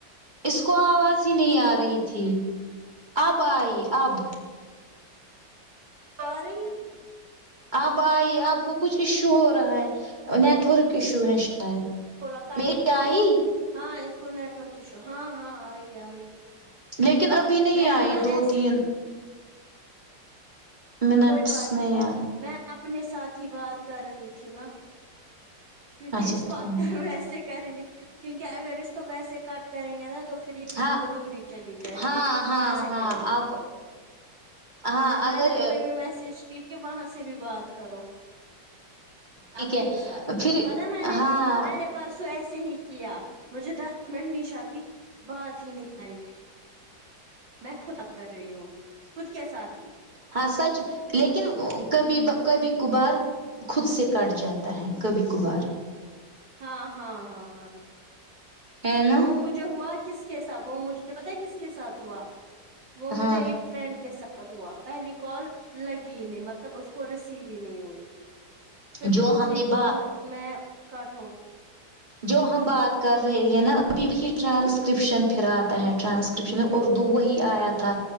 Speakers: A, on the right; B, on the right.
A: اس کو آواز ہی نہیں آ رہی تھی اب آئی اب
B: سوری
A: آپ آئی آپ کو کچھ ایشو ہو رہا ہے نیٹورک ایشو ہے شاید
B: بولا کٹ
A: میری
B: نہیں کرنا
A: آئی
B: ہے ہاں اسکو نیٹ ورک اشو ہاں ہاں آئی آئی
A: لیکن ابھی نہیں
B: میں
A: آئی
B: نے کہاں
A: دو
B: ایسے
A: تین منٹس
B: کوئی بات نہیں
A: آئے
B: میں اپنے ساتھ ہی بات کر رہی تھی نا کیونکہ
A: اچھا
B: اس کو
A: ٹھیک
B: اکثر ویسے کریں گے کیونکہ اگر اس کو ویسے کٹ کریں گے نا تو فر یہ کہ
A: ہاں
B: ادھوری چلی جائے
A: ہاں
B: گی تو
A: ہاں
B: پیسے
A: ہاں
B: کٹیں گے
A: اب ہاں اگر
B: میں نے تمہیں بھی میسج کی کہ وہاں سے بھی بات کرو
A: ٹھیک
B: اپنے
A: ہے
B: ہی ساتھ
A: پھر
B: پتا میں نے
A: ہاں
B: میں نے پرسوں ایسے ہی کیا مجھے دس منٹ نشا کی بات ہی نہیں آئی میں خود اب کر رہی ہوں خود کے ساتھ ہی
A: ہاں سچ لیکن کبھی کبھی کبھار خود سے کٹ جاتا ہے کبھی کبھار
B: ہاں ہاں ہاں ہاں
A: ہے نا
B: وہ مجھے ہوا کس کے ساتھ وہ مجھے پتا ہے کس کے ساتھ ہوا وہ مجھے
A: ہاں
B: ایک فرینڈ کے ساتھ ہوا پہلی کال لگی نہیں مطلب اس کو رسیو ہی نہیں ہوئی پھر
A: جو
B: دوسری
A: ہم نے با
B: کال میں کٹ ہو
A: جو ہم بات کر رہے نا ابھی بھی ٹرانسکرپشن
B: ہ
A: پھر پھر آتا ہے ٹرانسکرپشن اردو وہی آیا تھا